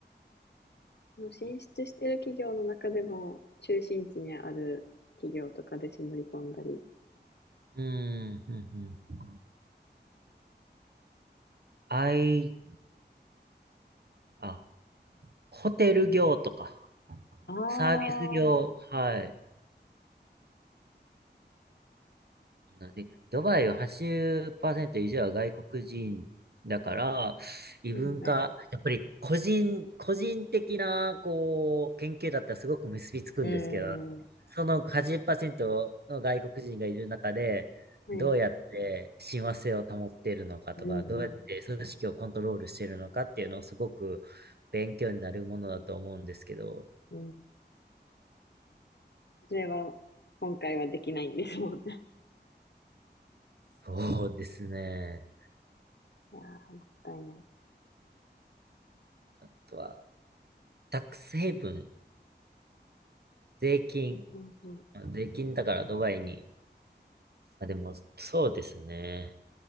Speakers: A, on the left; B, on the right.
A: もう進出してる企業の中でも、中心地にある企業とかで絞り込んだり。
B: うん、うん、うん。あい、あ、ホテル業とか、
A: ああ、
B: サービス業、
A: う
B: はい。なんで、ドバイは80%以上は外国人だから、異文化、
A: はいはい。
B: やっぱり個人、個人的な、こう、研究だったらすごく結びつくんですけど、
A: ーん、う
B: その80%の外国人がいる中で、
A: ーん、
B: どうやって親和性を保っているのかとか、
A: はい。うんう
B: どうやって組織をコントロールしているのかっていうのをすごく勉強になるものだと思うんですけど、
A: ん、うん。それは、今回はできないんですもんね。<laughs>
B: そうですね。
A: いやー、もったいない。
B: あとは、タックスヘイブン、税金。
A: うんうんうん。
B: あ税金だからドバイに。あ、でも、そうですね。